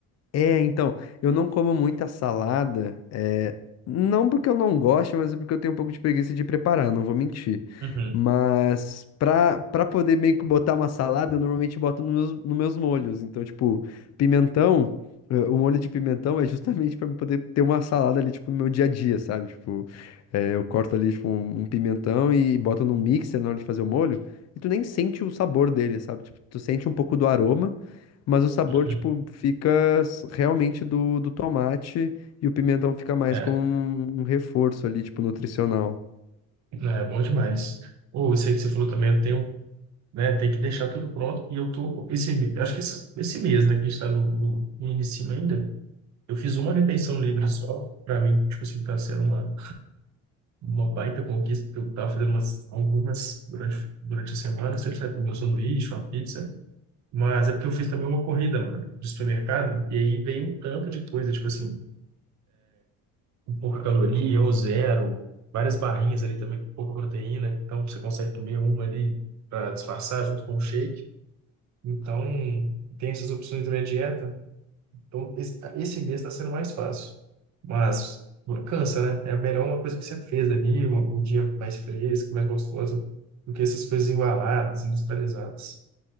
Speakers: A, on the left; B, on the right.
A: É, então, eu não como muita salada, é, não porque eu não gosto, mas é porque eu tenho um pouco de preguiça de preparar, não vou mentir.
B: Uhum.
A: Mas pra, pra poder meio que botar uma salada, eu normalmente boto nos meus, nos meus molhos. Então, tipo, pimentão, eh, o molho de pimentão é justamente pra eu poder ter uma salada ali, tipo, no meu dia a dia, sabe? Tipo, eh, eu corto ali, tipo, um um pimentão e boto num mixer na hora de fazer o molho, e tu nem sente o sabor dele, sabe? Tipo, tu sente um pouco do aroma. Mas o sabor,
B: uhum.
A: tipo, fica s- realmente do, do tomate e o pimentão fica mais
B: É,
A: como um um reforço ali, tipo, nutricional.
B: é bom demais. Ou isso aí que você falou também, eu tenho né? Tem que deixar tudo pronto. E eu tô esse, me- eu acho que esse, esse mês, né, que a gente está no, no, no início ainda, eu fiz uma refeição livre só. Para mim, tipo assim, tá sendo uma, uma baita conquista, porque eu tava fazendo umas, algumas durante, durante a semana, sempre sabe, meu sanduíche, uma pizza. Mas é porque eu fiz também uma corrida, mano, do supermercado, e aí veio um tanto de coisa, tipo assim, com pouca caloria, ou zero, várias barrinhas ali também com pouca proteína, então você consegue comer uma ali para disfarçar junto com o shake. Então, tem essas opções também a dieta. Então, esse esse mês está sendo mais fácil. Mas cansa, né? É melhor uma coisa que você fez ali, uma- um, dia mais fresco, mais gostoso, do que essas coisas embaladas, industrializadas.